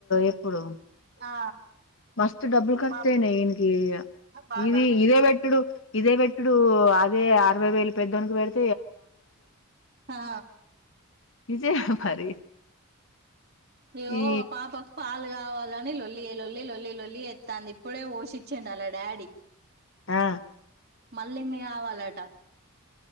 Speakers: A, on the left; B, on the right.
A: ఎప్పుడు
B: ఆ
A: మస్తు డబ్బులు ఖర్చయినాయి
B: మా
A: ఈయకి ఇగ
B: బాధ.
A: ఇవి ఇవే బెట్ డు ఇవే బెట్టటుడు అదే అరవై వేలు పెద్దోనికి పెట్
B: హా
A: ఏమో మరి
B: ఏమో
A: ఈ
B: పాపకు పాలు కావాలి ని లల్లి లొల్లి లొల్లి లొల్లి ఎత్తంది ఇప్పుడే పోషిచండు అలా డాడీ
A: ఆ
B: మళ్ళీ మీ కావాలట